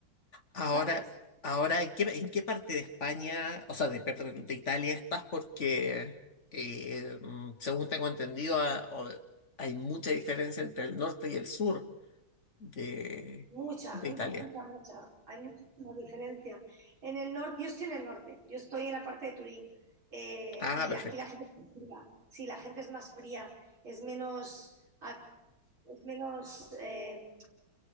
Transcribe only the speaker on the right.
¿sabes?
Mucha,
mucha,
mucha, mucha. Hay muchísima diferencia. En el norte, yo estoy en el norte, yo estoy en la parte de Turín eh,
y
aquí la gente es más fría. Sí, la gente es más fría, es menos, ac- es menos eh,